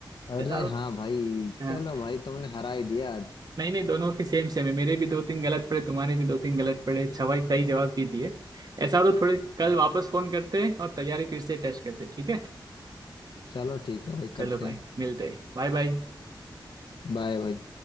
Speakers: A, on the left; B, on the right.
A: अरे
B: ऐसा हो
A: हाँ भाई
B: हाँ।
A: चलो भाई तुमने हरा ही दिया आज।
B: नहीं नहीं दोनों की सेम सेम है मेरे भी दो तीन गलत पड़े तुम्हारे भी दो तीन गलत पड़े सवाई सही जवाब भी दिए ऐसा हो तो थोड़े कल वापस फोन करते हैं और तैयारी फिर से टेस्ट करते हैं, ठीक है
A: चलो ठीक है भाई
B: चलो
A: करते
B: भाई
A: हैं
B: मिलते हैं बाय बाय
A: बाय भाई